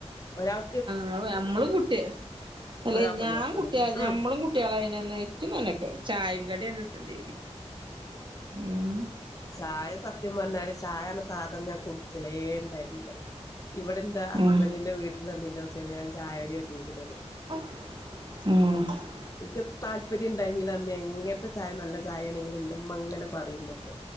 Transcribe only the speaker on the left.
ഒരാൾ
ഒരാൾക്കൊന്നും
പറ്റൂല
ഉം
ഉം
ചായ സത്യം പറഞ്ഞാല് ചായാന്നറഞ്ഞ സാധനം ഞാൻ കുടിച്ചലേ ഉണ്ടായിരുന്നില്ല. ഇവിടെ ഇന്റെ ഹസ്ബൻ്റിൻ്റെ
വീട്ടില് വന്നേൻ്റെശേഷാണ് ഞാൻ ചായൊടി തൊടങ്ങിക്കണത്
ഇൻക്ക് താല്പര്യം ഇണ്ടായിരുന്നില്ല അന്ന് എങ്ങനത്തെ ചായ നല്ല ചായയാണെങ്കിലും ഇന്നെ ഉമ്മ ഇങ്ങനെ പറയും ഇന്നിട്ട്.